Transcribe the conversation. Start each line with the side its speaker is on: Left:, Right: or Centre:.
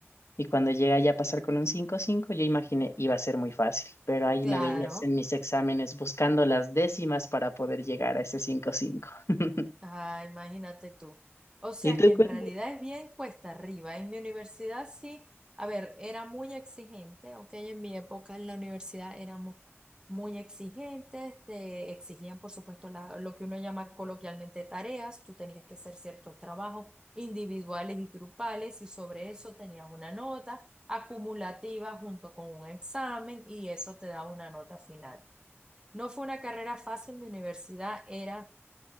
Left: y cuando llegué ya a pasar con un cinco cinco, yo imaginé iba a ser muy fácil, pero ahí
Right: Claro.
Left: me veías en mis exámenes buscando las décimas para poder llegar a ese cinco cinco. <laughs>
Right: Ah, imagínate tú. O sea
Left: ¿Y tú
Right: que en
Left: cuéntame?
Right: realidad es bien cuesta arriba. En mi universidad sí, a ver, era muy exigente, ok, en mi época en la universidad éramos muy exigentes, te exigían por supuesto la- lo que uno llama coloquialmente tareas, tú tenías que hacer ciertos trabajos individuales y grupales y sobre eso tenías una nota acumulativa junto con un examen y eso te daba una nota final. No fue una carrera fácil, mi universidad era